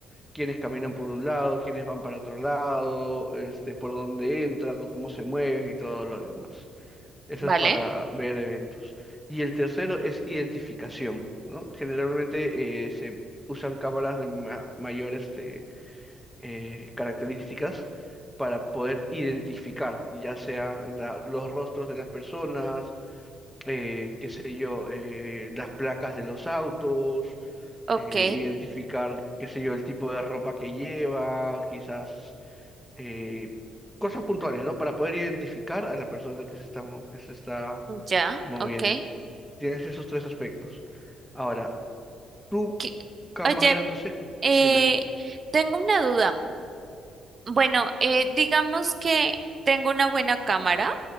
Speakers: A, in the centre; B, on the right.
A: quiénes caminan por un lado, quiénes van para otro lado, este, por dónde entran, o cómo se mueven y todo lo demás. Eso
B: vale,
A: es para ver eventos. Y el tercero es identificación, ¿no? Generalmente eh, se usan cámaras de ma- mayor este, eh, características para poder identificar, ya sea la- los rostros de las personas, eh, qué sé yo, eh, las placas de los autos,
B: ok.
A: eh, identificar, qué sé yo, el tipo de ropa que lleva, quizás eh, cosas puntuales, ¿no? Para poder identificar a la persona que se está, mo- que se está
B: Ya,
A: moviendo.
B: ok.
A: Tienes esos tres aspectos. Ahora, tu
B: ok.
A: cámara,
B: Oye,
A: no sé,
B: eh,
A: dime.
B: tengo una duda. Bueno, eh, digamos que tengo una buena cámara.